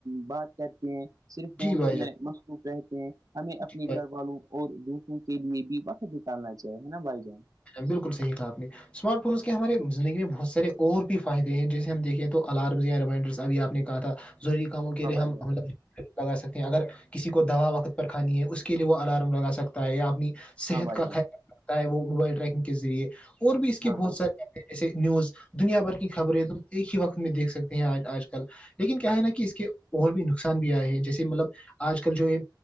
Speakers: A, on the right; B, on the left.
A: بات کرتے ہیں صرف فونس
B: جی بھائی جان جی بھائی جان جی بھائی جان
A: میں مخروف رہتے ہیں ہمیں اپنی
B: جی بھائی جان،
A: گھر والوں اور دوسروں کے لیے بھی بقت نکالنا چاہے ہے نا بھائی جان
B: بالکل صحیح کہا آپ نے اسمارٹ فونس کے ہمارے زندگی میں بہت سارے اور بھی فائدے ہیں جیسے ہم دیکھیں تو الارمز یا ریمائنڈرس ابھی آپ نے کہ تھا ضروری کاموں کے
A: ہاں
B: لیے
A: بھائی
B: ہملہ
A: جان
B: لگا سکتے ہیں اگر کسی کو دوا وقت پر کھانی ہے اس کے لیے وہ الارم لگا سکتا ہے یا اپنی صحت
A: ہاں بھائی
B: کا
A: جان
B: خیال رکھتا ہے وہ موبائل ٹریکنگ کے ذریعے اور بھی اس کے
A: ہاں
B: بہت
A: بھائی
B: سارے
A: جان
B: ایسے نیوز دنیا بھر کی خبریں تو ایک ہی وقت میں دیکھ سکتے ہیں آج آج کل لیکن کیا ہے نا کہ اس کے اور بھی نقصان بھی آئے ہیں جیسے مطلب آج کل جو یہ